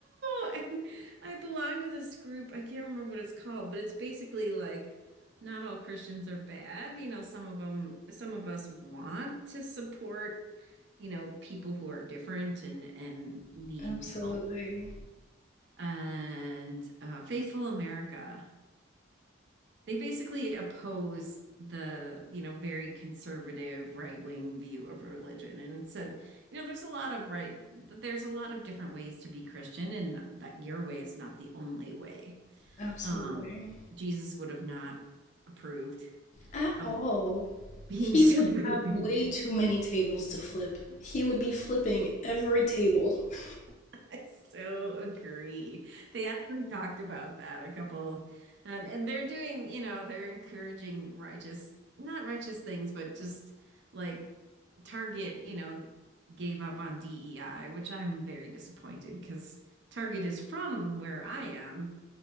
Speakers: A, on the right (about 55°); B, on the left (about 35°).
A: know. And I belong to this group. I can't remember what it's called, but it's basically like not all Christians are bad. You know, some of them, some of us want to support, you know, people who are different and and
B: <laughs>
A: need
B: Absolutely.
A: help. And uh, Faithful America. They basically oppose the, you know, very conservative right-wing view of religion and it said, you know, there's a lot of right, there's a lot of different ways to be Christian and that your way is not the only way.
B: Absolutely.
A: Um, Jesus would have not approved
B: At
A: of
B: all.
A: being
B: He
A: <laughs> super
B: would have
A: rigid.
B: way too many tables to flip. He would be flipping every table. <laughs>
A: <laughs> I so agree. They actually talked about that a couple, and and they're doing, you know, they're encouraging righteous, not righteous things, but just like Target, you know, gave up on DEI, which I'm very disappointed because Target is from where I am,